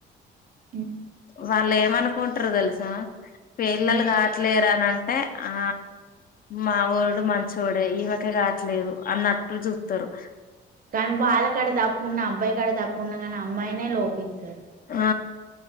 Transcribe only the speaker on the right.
ఉమ్.
ఉమ్.
కానీ వాళ్ళ కాడ తప్పు ఉన్న, అబ్బాయి కాడ తప్పు ఉన్న కానీ అమ్మాయినే లోపిత్తరు.